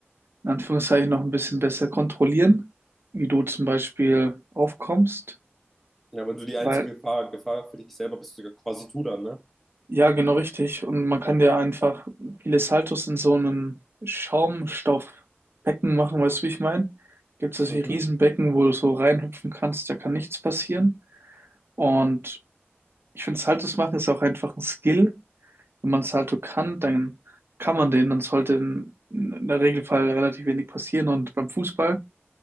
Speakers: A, on the right (about 60°); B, in the centre.
A: in Anführungszeichen noch ein bisschen besser kontrollieren, wie du zum Beispiel aufkommst,
B: <laughs> ja, aber du die
A: weil
B: einzige Gefahr, Gefahr für dich selber bist du ja quasi du dann, ne?
A: ja, genau richtig. Und man kann ja einfach viele Saltos in so einem Schaumstoffbecken machen, weißt du, wie ich meine? Gibt es solche
B: Mhm.
A: Riesenbecken, wo du so reinhüpfen kannst, da kann nichts passieren. Und ich finde, Saltos machen ist auch einfach ein Skill wenn man es halt so kann, dann kann man den, dann sollte in, in der Regelfall relativ wenig passieren. Und beim Fußball